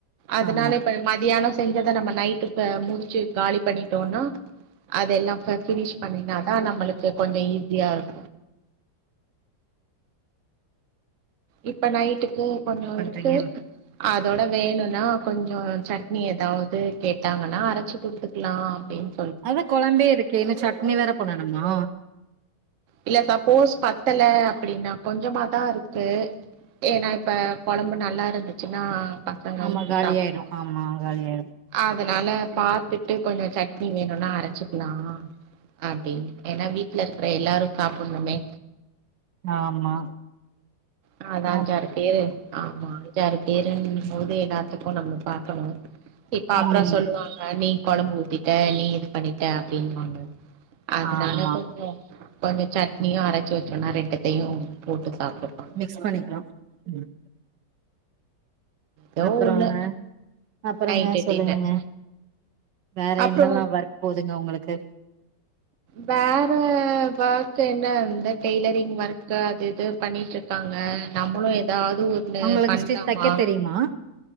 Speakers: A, on the right (about 55°); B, on the right (about 70°).
A: அதனால
B: ஆமா
A: இப்ப மதியானோ செஞ்சதை நம்ம நைட்டு இப்ப முடிச்சு காலி பண்ணிட்டோனா அதெல்லா அ ஃபினிஷ் பண்ணினா தா நம்மளுக்கு கொஞ்சோ ஈஸியா இருக்கு இப்ப நைட்டுக்கு கொஞ்சோ
B: பண்றீங்க
A: இருக்கு அதோட வேணுனா கொஞ்சோ சட்னி எதாவது கேட்டாங்கன்னா அரைச்சி குடுத்துக்கலா அப்டின்
B: அதா கொழம்பே இருக்கே இன்னு சட்னி வேற பண்ணணுமா
A: இல்ல சப்போஸ் பத்தல அப்டின்னா கொஞ்சமாதா இருக்கு ஏன்னா இப்ப கொழம்பு நல்லா இருந்துச்சுன்னா பசங்க
B: ஆமா
A: ஊத்தி
B: காலியாயிடு
A: சாப்பிட்ருவாங்க
B: ஆமா காலியாயிடு
A: அதனால பாத்துட்டு கொஞ்சோ சட்னி வேணுனா அரைச்சிக்கலா அப்டின்னு ஏன்னா வீட்டு்ல இருக்கற எல்லாரு சாப்பிடணுமே
B: ஆமா
A: ஆ அதா
B: அப்
A: அஞ்சாறு பேரு ஆமா அஞ்சாறு பேருன்னு போது எல்லாத்துக்கு நம்ம பாக்கணு இப்ப
B: ம்
A: அப்புறோ சொல்லுவாங்க நீ கொழம்பு ஊத்திட்ட நீ இது பண்ணிட்ட அப்டின்னுவாங்க அதனால
B: ஆமா
A: கொஞ்சோ கொஞ்ச சட்னியு அரைச்சு வச்சோன்னா ரெண்டத்தையு போட்டு சாப்டுப்பா
B: மிக்ஸ் பண்ணிக்கிறோ ம்
A: ஏதோ
B: அப்புறோங்க
A: ஒண்ணு
B: அப்புறங்க
A: நைட்டு
B: சொல்லுங்கங்க
A: டின்னர்
B: வேற
A: அப்புறோ
B: என்னல்லா ஒர்க் போதுங்க உங்களுக்கு
A: வேற ஒர்க் என்ன அந்த டெய்லரிங் ஒர்க்கு அது இது பண்ணிட்டு இருக்காங்க நம்மளு ஏதாவது ஒன்னு
B: உங்களுக்கு
A: பண்ணலாமா
B: ஸ்டிச் தைக்க தெரியுமா